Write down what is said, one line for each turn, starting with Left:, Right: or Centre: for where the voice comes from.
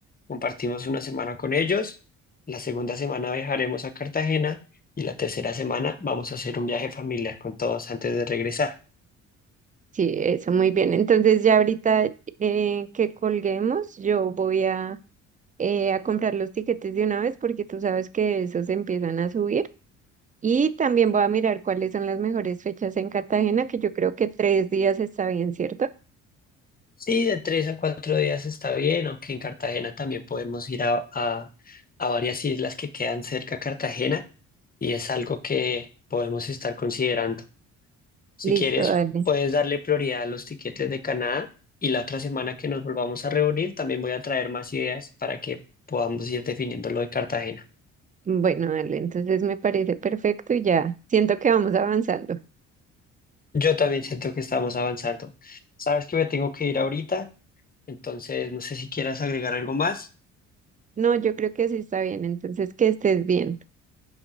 Left: compartimos una semana con ellos, la segunda semana viajaremos a Cartagena y la tercera semana vamos a hacer un viaje familiar con todos antes de regresar.
Right: Sí, eso muy bien. Entonces ya ahorita eh, que colguemos, yo voy a, eh, a comprar los tiquetes de una vez porque tú sabes que esos empiezan a subir. Y también voy a mirar cuáles son las mejores fechas en Cartagena, que yo creo que tres días está bien, ¿cierto?
Left: Sí, de tres a cuatro días está bien, aunque en Cartagena también podemos ir a, a- a varias islas que quedan cerca a Cartagena y es algo que podemos estar considerando. Si
Right: Listo,
Left: quieres,
Right: dale.
Left: puedes darle prioridad a los tiquetes de Canadá y la otra semana que nos volvamos a reunir también voy a traer más ideas para que podamos ir definiendo lo de Cartagena.
Right: Bueno, dale, entonces me parece perfecto y ya siento que vamos avanzando.
Left: Yo también siento que estamos avanzando. Sabes que me tengo que ir ahorita, entonces no sé si quieras agregar algo más.
Right: No, yo creo que sí está bien, entonces que estés bien.